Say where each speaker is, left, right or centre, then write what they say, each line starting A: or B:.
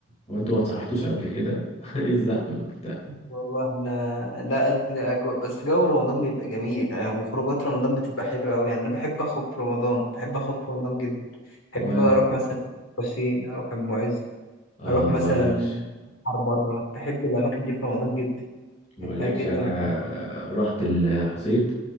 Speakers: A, on the left; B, on the left.
A: هو انتوا ما اتسهرتوش قبل كده <laughs> ايه الزحمه وبتاع
B: والله انا لا أدري اجواء بس جو رمضان بيبقى جميل آه، وخروجات رمضان بتبقى حلوه قوي يعني انا بحب اخرج في رمضان بحب اخرج في رمضان جدا بحب
A: هو
B: بقى
A: انا
B: اروح مثلا حسين اروح المعز
A: اه
B: اروح مثلا
A: ما اقولكش
B: بحر بره بحب الاماكن دي في رمضان جدا
A: ما
B: بحبها
A: اقولكش
B: جدا
A: انا
B: في رمضان
A: رحت الحسين